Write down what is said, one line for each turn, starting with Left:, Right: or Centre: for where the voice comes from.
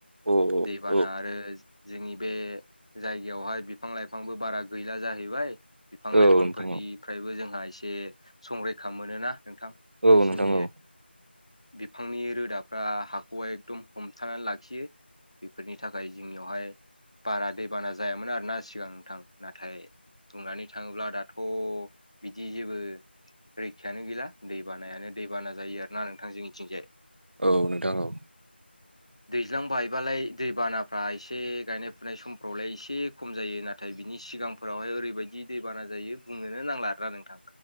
Right: औ
Left: दैबाना
Right: औ
Left: आरो जोंनि बे जायगायावहाय बिफां लाइफांबो बारा गैला जाहैबाय बिफां
Right: औ
Left: लाइफांफोरनिफ्रायबो
Right: नोंथां औ
Left: जोंहा एसे संरैखा मोनोना नोंथां
Right: औ
Left: बिसोरनि
Right: नोंथां औ
Left: बिफांनि रोदा फ्रा हाखौहाय एकदम हमथानानै लाखियो बेफोरनि थाखाय जोंनियावहाय बारा दैबाना जायामोन आरो ना सिगां नोंथां नाथाय बुंनानै थाङोब्ला दाथ' बिदि जेबो रैखायानो गैला दैबानायानो दैबाना जायो आरोना नोंथां जोंनिथिंजाय
Right: औ नोंथां औ
Left: दैज्लां बायबालाय दैबानाफ्रा एसे गायनाय फुनाय समफ्रावलाय एसे खम जायो ना थाय बिनि सिगांफोरावहाय ओरैबायदि दैबाना जायो बुंनोनो नांला आरोना नोंथां